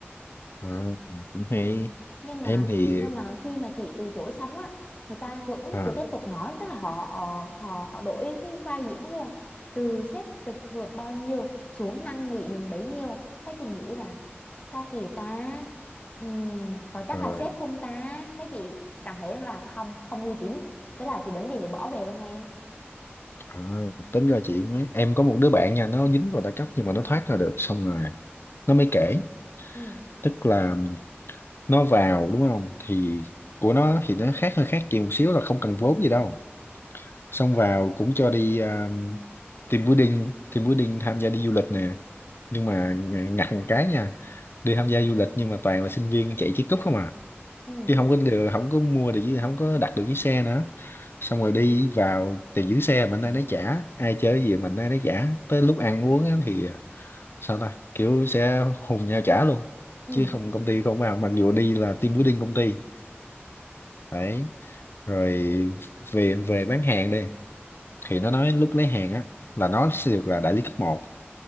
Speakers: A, on the left; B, on the left.
A: à, cũng hay
B: nhưng mà
A: em thì
B: nhưng mà khi mà chị từ chối xong á người ta vẫn
A: à,
B: cứ tiếp tục nói tức là họ ờ, họ họ đổi cái vai diễn luôn từ sếp được thưởng bao nhiêu xuống năn nỉ mình bấy nhiêu cái chị nghĩ là sao kỳ ta Ừm, có chắc
A: rồi
B: là sếp không ta cái chị cảm thấy là không không uy tín thế là chị đứng dậy chị bỏ về luôn em
A: à, tính ra chị mấy em có một đứa bạn nha nó dính vào đa cấp nhưng mà nó thoát ra được xong rồi nó mới kể
B: ừ
A: tức là nó vào đúng không thì của nó thì nó khác hơi khác chị một xíu là không cần vốn gì đâu xong vào cũng cho đi à, team building team building tham gia đi du lịch nè nhưng mà ng- ngặt một cái nha đi tham gia du lịch nhưng mà toàn là sinh viên chạy chiếc cúp không à
B: ừ
A: chứ không có được không có mua được chiếc- không có đặt được chiếc xe nữa xong rồi đi vào thì giữ xe mình nay nó trả ai chơi cái gì mình nay nó trả tới lúc ăn uống á thì sao ta kiểu sẽ hùng nhau trả luôn
B: ừ
A: chứ không công ty không vào mặc dù đi là team building công ty đấy rồi về về bán hàng đi thì nó nói lúc lấy hàng á là nó sẽ được là đại lý cấp một